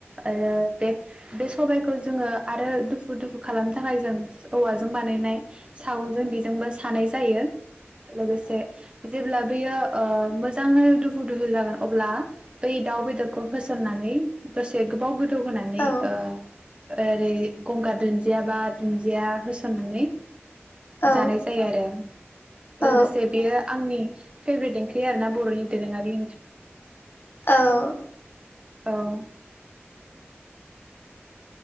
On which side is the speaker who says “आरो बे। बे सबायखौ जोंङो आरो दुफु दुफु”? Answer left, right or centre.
Right